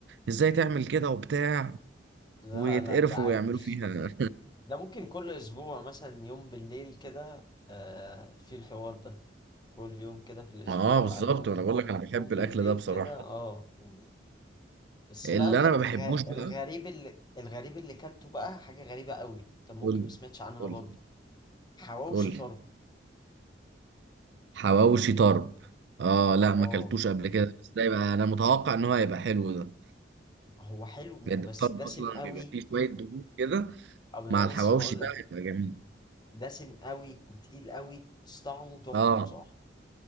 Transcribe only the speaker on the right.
ازاي تعمل كده وبتاع
ويتقرفوا
ويعملوا فيها
<laughs>
اه بالظبط
وانا بقول لك انا بحب
الاكل ده بصراحة
اللي
انا ما بحبوش
بقى
قول
لي
قول
لي حواوشي طرب اه لا ما
اكلتوش قبل كده بس ده يبقى انا متوقع ان هو هيبقى حلو ده
لان
الطرب
اصلا
بيبقى فيه شويه دهون كده
مع الحواوشي
بقى
هيبقى جميل
اه